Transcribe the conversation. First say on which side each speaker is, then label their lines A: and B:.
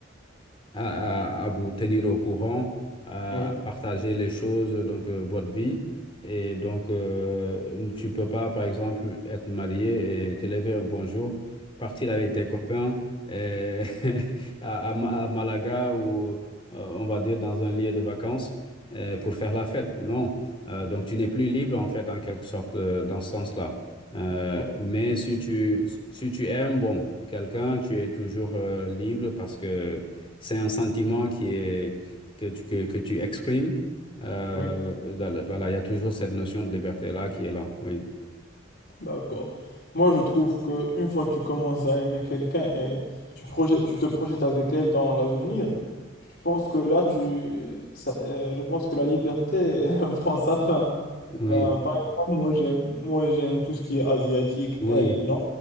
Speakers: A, on the left; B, on the left.
A: à, à- à vous tenir au courant, à,
B: Oui,
A: à partager les choses, donc euh, votre vie. Et donc, euh, tu peux pas, par exemple, être marié et te lever un bonjour, partir avec tes copains euh, <laughs> à, à Ma- à Malaga ou, euh, on va dire, dans un lieu de vacances euh, pour faire la fête. Non. Euh, donc, tu n'es plus libre, en fait, en quelque sorte, euh, dans ce sens-là. Euh,
B: oui,
A: mais si tu, si tu aimes, bon, quelqu'un, tu es toujours euh, libre parce que c'est un sentiment qui est, que tu, que, que tu exprimes. Euh,
B: oui.
A: dans le- voilà, il y a toujours cette notion de liberté-là qui est là. Oui.
B: D'accord. Moi, je trouve que une fois que tu commences à aimer quelqu'un et tu projettes, tu te projettes avec elle dans l'avenir, je pense que là, tu, ça- euh, je pense que la liberté <laughs> prend sa fin.
A: Oui.
B: Ben, par exemple, moi, j'aime, moi, j'aime tout ce qui est asiatique,
A: Oui.
B: elle, non?